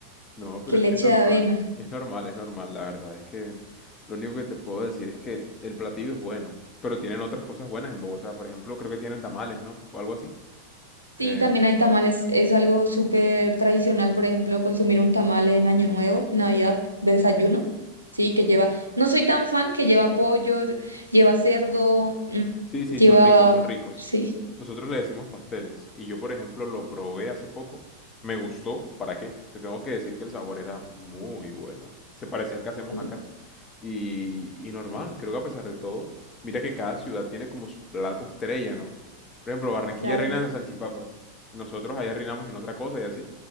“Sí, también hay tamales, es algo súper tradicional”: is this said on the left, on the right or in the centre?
Right